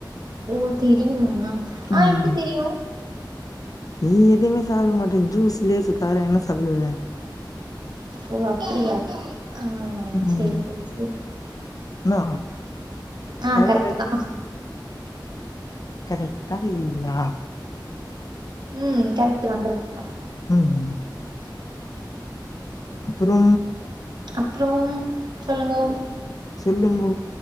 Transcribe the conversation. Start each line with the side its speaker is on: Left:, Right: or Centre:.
Right: ஒ தெரியுமா
Left: ம்.
Right: அ எப்டி தெரியு
Left: நீ எதுமே சாப்ட மாட்ட ஜூஸ் லேசு தவர என்ன சாப்புடுவ
Right: ஒ அப்டியா அ
Left: ம்.
Right: சேரி சேரி சேரி
Left: நா
Right: அ
Left: கரெக்டா
Right: கரெக்ட்டு தா
Left: கரெக்ட்டா இல்லியா
Right: ம் கரெக்ட்டு தா கரெக்ட்டு தா
Left: ம். குப்புரு
Right: அப்றோம் சொல்லுங்கோ
Left: சொல்லுங்கோ